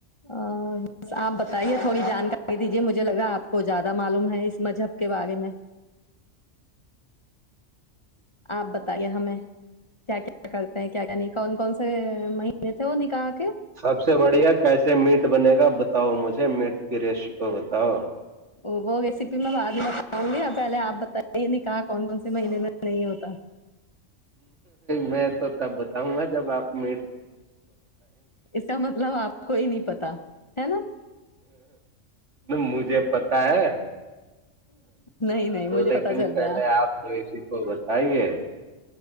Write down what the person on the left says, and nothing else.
ا بس آپ بتائیے تھوڑی جانکاری دیجیے مجھے لگا آپ کو زیادہ معلوم ہے اس مذہب کے بارے میں آپ بتائیے ہمیں کیا کیا کرتے ہیں کیا کیا نہیں کون کون سے مہینے تھے وہ نکاح کے
وہ ریسیپی میں بعد میں بکاؤں گی پہلے آپ بت نے کہا کون کون سے مہینے میں نہیں ہوتا
اس کا مطلب آپ کوئی نہیں پتا ہے نا <unintelligible>
نہیں نہیں مجھے
پتا چل
گیا